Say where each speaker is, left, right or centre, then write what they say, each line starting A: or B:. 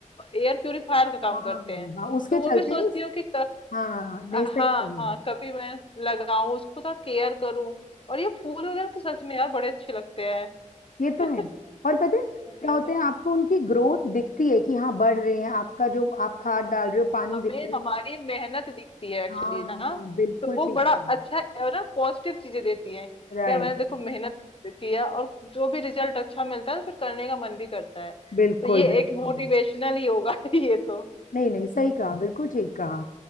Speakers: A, on the left; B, on the left.
A: एयर प्यूरिफायर का काम
B: हाँ
A: करते हैं
B: हाँ उसके
A: तो वो
B: चलते
A: भी सोचती हूँ कि
B: हाँ नहीं
A: हाँ
B: सही कहा
A: हाँ कभी मैं लगाऊं उसको थोड़ा केयर करूं और ये फूल वगैरह तो सच में यार बड़े अच्छे लगते हैं
B: ये तो है
A: <laughs>
B: और पता है क्या
A: है
B: होता
A: ना
B: है आपको उनकी ग्रोथ दिखती है कि हाँ बढ़ रहे हैं आपका जो आप खाद डाल रहे हो पानी
A: हमें
B: दे रहे हो
A: हमारी मेहनत दिखती है एक्चुअली
B: हाँ
A: ना
B: बिल्कुल
A: तो वो
B: ठीक
A: बड़ा अच्छा
B: है
A: है और ना पॉजिटिव चीजें देती हैं कि
B: राइट
A: यार मैंने देखो मेहनत किया और जो भी रिजल्ट अच्छा मिलता है तो फिर करने का मन भी करता है
B: बिल्कुल
A: तो ये
B: बिल्कुल
A: एक मोटिवेशनल ही होगा <laughs> ये तो
B: नहीं नहीं सही कहा बिल्कुल ठीक कहा